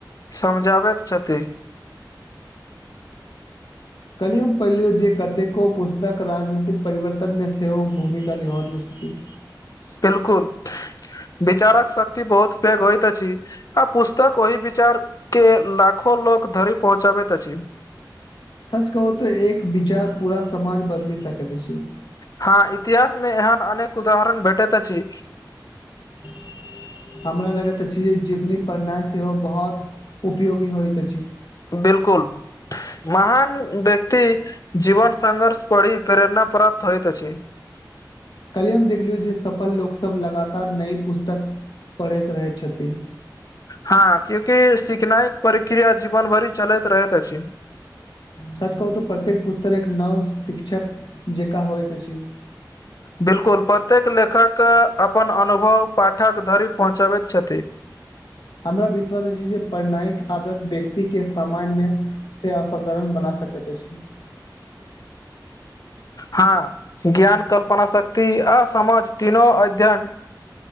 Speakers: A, on the left; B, on the left.
A: समझाबैत छथिन
B: कलियम पढ़लियो जे कतेको पुस्तक राजनीतिक परिवर्तन मे सेहो भूमिका निभानी छथि
A: बिलकुल विचारक शक्ति बहुत पैघ होइत अछि आ पुस्तक ओहि विचार केँ लाखो लोक धरी पहुँचाबे तच
B: सच कहो त एक विचार पूरा समाज बदल सक छै
A: हँ इतिहास मे एहन अनेक उदाहरण भेटैत अछि
B: <inaudible> हमरा लगैत अछि जे जीवनी पढ़नाइ सेहो बहुत उपयोगी होइत अछि
A: बिलकुल महान व्यक्ति जीवन संघर्ष पढ़ी प्रेरणा प्राप्त होइतइत अछि
B: कलिये हम देखलियो जे सफल लोक सब लगातार नय पुस्तक पढ़ैत रहे छथि
A: हँ क्यूंकि सिखनाइक प्रक्रिया जीवन भरि चलैत रहैत अछि
B: सच कहू तऽ प्रत्येक पुस्तक एक नव शिक्षक जेका होइ त छी
A: बिलकुल प्रत्येक लेखक अपन अनुभव पाठक धरि पहुँचबैत छथि
B: हमरा विश्वास अछि जे पढनाइक आदत व्यक्ति केँ सामान्य से असाधारण बना सकैत छै
A: हँ ज्ञान कल्पना शक्ति आ समाज तीनो अध्ययन